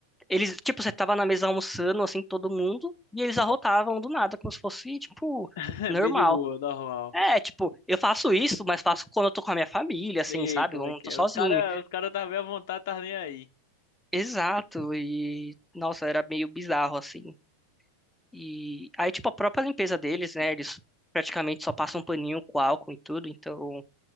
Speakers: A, in the centre; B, on the left.
A: eles, tipo, você tava na mesa almoçando, assim, todo mundo, e eles arrotavam do nada, como se fosse, tipo,
B: <laughs>
A: normal.
B: Bem de boa, normal.
A: É, tipo, eu faço isso, mas faço quando eu tô com a minha família, assim,
B: Sei
A: sabe?
B: como
A: Quando
B: é que
A: eu tô
B: é.
A: sozinho.
B: Os cara, os cara tá bem à vontade, tá nem aí.
A: Exato, e, nossa, era meio bizarro, assim. E aí, tipo, a própria limpeza deles, né? Eles praticamente só passam um paninho com álcool e tudo, então eu